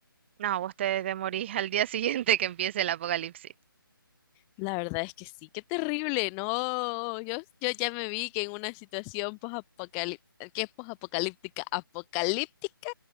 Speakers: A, on the right; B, on the left.
A: No, vos te, te morís al día <laughs> siguiente que empiece el apocalipsis.
B: La verdad es que sí, qué terrible, no, yo, yo ya me vi que en una situación posapocalíptica, que es posapocalíptica, apocalíptica,